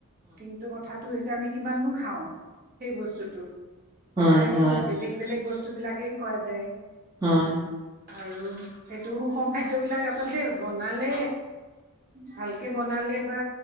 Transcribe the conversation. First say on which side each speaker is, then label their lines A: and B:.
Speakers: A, on the right (about 40°); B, on the right (about 15°).
A: কিন্তু কথা হৈছে আমি কিমাননো খাওঁ সেই বস্তুতটো
B: হয়
A: সদায়
B: হয়
A: বেলেগ বেলেগ বস্তু বস্তুবিলাকেই খোৱা যায়
B: হয়
A: আৰু সেইটো সুষম খাদ্যবিলাক আচলতে বনালে ভালকে বনালে বা